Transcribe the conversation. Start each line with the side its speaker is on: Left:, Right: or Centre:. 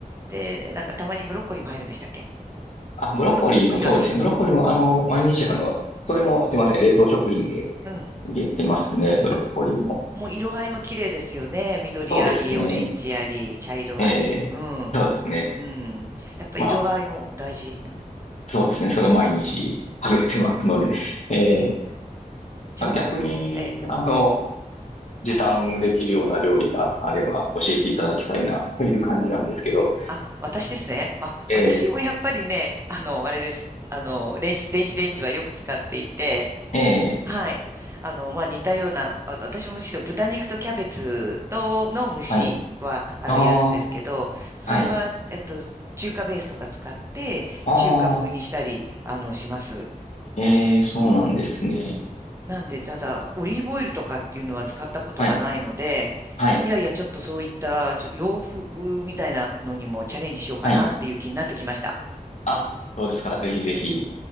Right: で、なんかたまにブロッコリーも入るんでしたっけ
Left: あ、ブロッコリーもそうですね。
Right: ブロッコリーは入ら
Left: ブロッコリーも、あの、毎日、あの、それもすいません。冷凍食品で、
Right: ない。
Left: 入れてますね、ブロッコリーも。
Right: もう色合いも綺麗ですよね。緑あり、
Left: そうですね。
Right: オレンジあり、茶色あり。
Left: ええ、
Right: うん。
Left: そうですね。
Right: うん。やっぱ色合いも大事。
Left: まあ、
Right: うん
Left: そうですね。それを毎日食べてますので。ええ、
Right: じゃあもう、
Left: まあ逆に、
Right: ええ。
Left: あの、時短できるような料理があれば教えていただきたいな、という感じなんですけど。
Right: あ、私ですね。あ、
Left: ええ、
Right: 私もやっぱりね、あの、あれです。あの、電子、電子レンジはよく使っていて、
Left: ええ、
Right: はい。あの、まあ、似たような、あ私もむしろ豚肉とキャベツとの蒸しは、
Left: はい。
Right: あの、
Left: ああ、
Right: やるんですけど、それは、
Left: はい。
Right: えっと、中華ベースとか使って、
Left: ああ、
Right: 中華風にしたり、あの、します。
Left: ええ、そうなんですね。
Right: うん。なんで、ただ、オリーブオイルとかっていうのは使ったことがないので、
Left: はい、はい、
Right: いやいや、ちょっとそういったちょ洋風みたいなのにもチャレンジしようかなっていう気になってきました。
Left: はい。あ、そうですか。ぜひぜひ。